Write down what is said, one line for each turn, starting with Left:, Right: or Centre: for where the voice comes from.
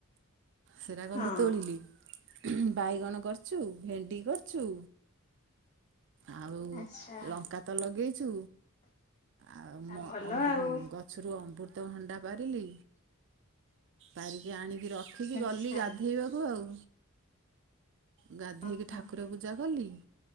Right: ସେରା ଗଲି
Left: ହଁ
Right: ତୋଳିଲି। ବାଇଗଣ କରିଚୁ, ଭେଣ୍ଡି କରିଚୁ ଆଉ
Left: ଆଛା
Right: ଲଙ୍କା ତ ଲଗେଇଚୁ ଆଉ ମ-ଆମ୍ବୁ-ଗ
Left: ଭଲ ଆଉ
Right: ଗଛରୁ ଅମୃତ ଭଣ୍ଡା ପାରିଲି ପାରିକି ଆଣିକି ରଖିକି
Left: ଆଛା
Right: ଗଲି ଗା ଗାଧେଇବାକୁ ଆଉ। ଗାଧୋଇକି
Left: ହଁ
Right: ଠାକୁର ପୂଜା କଲି,